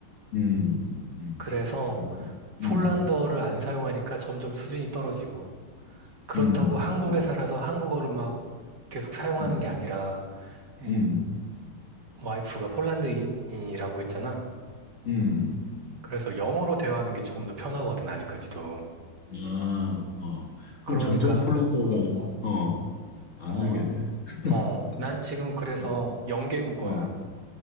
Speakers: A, on the left; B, on the right.
A: 음, 음, 음.
B: 그래서
A: 그렇군. 음,
B: 폴란드어를 안 사용하니까 점점 수준이 떨어지고, 그렇다고
A: 음,
B: 한국에
A: 음,
B: 살아서 한국어를 막 계속 사용하는
A: 음,
B: 게 아니라, 이
A: 음,
B: 와이프가 폴란드인이라고 했잖아.
A: 음.
B: 그래서 영어로 대화하는 게 조금 더 편하거든, 아직까지도.
A: 음. 아, 어.
B: 그러니까,
A: 그럼 점점 폴란드어가, 어, 안
B: 어,
A: 늘겠네. <laughs>
B: 어, 난 지금 그래서
A: 음,
B: 영계국어야.
A: 어.